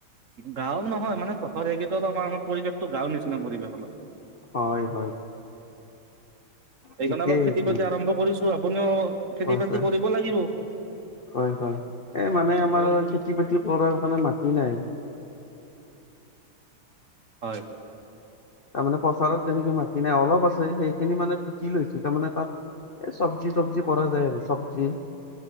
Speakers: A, on the right; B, on the left.
A: গাওঁ নহয় মানে চহৰেকেইটা আমাৰ পৰিৱেশতো গাওঁ নিচিনা পৰিৱেশ অলপ।
B: হয় হয়।
A: সেইকাৰণে
B: ঠিকেই
A: অলপ খেতি
B: সেইটো
A: বাতি আৰম্ভ কৰিছো, আপুনিও খেতি
B: হয়
A: বাতি
B: হয়
A: কৰিব লাগিব।
B: হয় হয় এ মানে আমাৰ
A: কাৰণ
B: খেতি বাতি কৰাৰ কাৰণে মাটি নাই।
A: হয়।
B: তাৰমানে পথাৰত তেনেকে মাতি নাই অলপ আছে সেইখিনি মানে পুতি লৈছো তাৰমানে তাত এই চব্জি তবজি কৰা যায় আৰু চব্জি